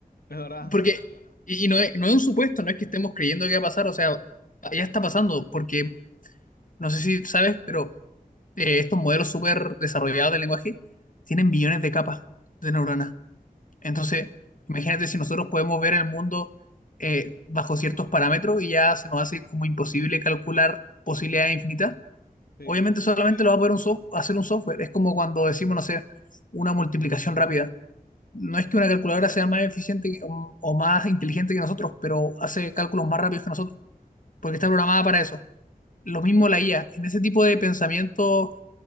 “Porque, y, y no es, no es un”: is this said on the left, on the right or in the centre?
Left